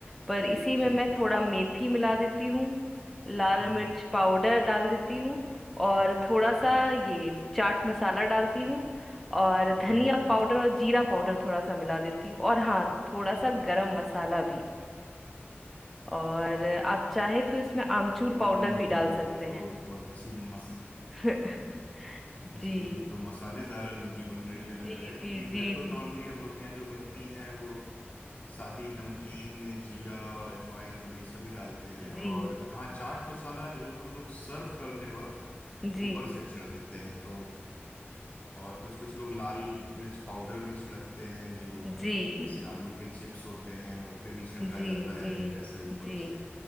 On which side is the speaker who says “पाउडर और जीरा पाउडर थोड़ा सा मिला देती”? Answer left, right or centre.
Centre